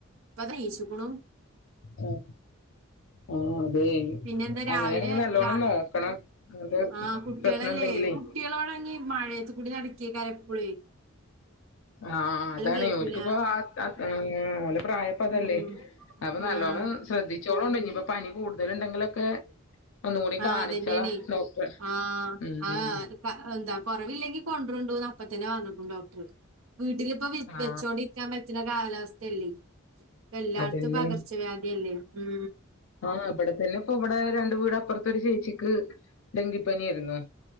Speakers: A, on the right; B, on the left.
A: അപ്പൊതാ യേശുക്കണു
B: ആഹ് ആഹ് അതെ
A: പിന്നെന്താ രാവിലെ
B: അങ്ങനെയാണെങ്കിൽ നല്ലോണ്ണം
A: രാ
B: നോക്കണം അത്
A: ആ കുട്ടികളല്ലേ
B: പ്രശ്നംണ്ടെങ്കിലേ
A: കുട്ടികളോടങ്ങി മഴയത്ത്കൂടി നടക്കിയക്ക എപ്പോഴെ
B: ആഹ് അതാണ്
A: കേക്കൂല
B: ഓലിക്കിപ്പോ <unintelligible> ഓലെ പ്രായപ്പ അതല്ലേ
A: ഉം
B: അപ്പൊ നല്ലോണം
A: ആ
B: ശ്രദ്ധിച്ചോളണം ഇനിയിപ്പ പനി കൂടുതല് ഉണ്ടെങ്കിലൊക്കെ ഒന്നുകൂടി
A: ആ
B: കാണിച്ചാല
A: അതന്നെയാണേ.
B: ഡോക്‌ടറെ
A: ആ
B: മ്
A: ആ <unintelligible> എന്താ കുറവില്ലെങ്കിൽ കൊണ്ടരുണ്ടോന്ന് അപ്പ തന്നെ പറഞ്ഞിട്ടുണ്ട് ഡോക്ടർ വീട്ടില് ഇപ്പൊ വി
B: ആ
A: വെച്ചോണ്ടിരിക്കാൻ പറ്റുന്ന കാലാവസ്ഥല്ലേ ഇപ്പഎല്ലാർത്തും
B: അതന്നെ
A: പകർച്ചവ്യാധിയല്ലേ മ്
B: ആഹ് ഇവിടെത്തന്നെ ഇപ്പൊ ഇവിടെ രണ്ട് വീട് അപ്പുറത്തൊരു ചേച്ചിക്ക് ഡെങ്കിപ്പനി ആയിരുന്നു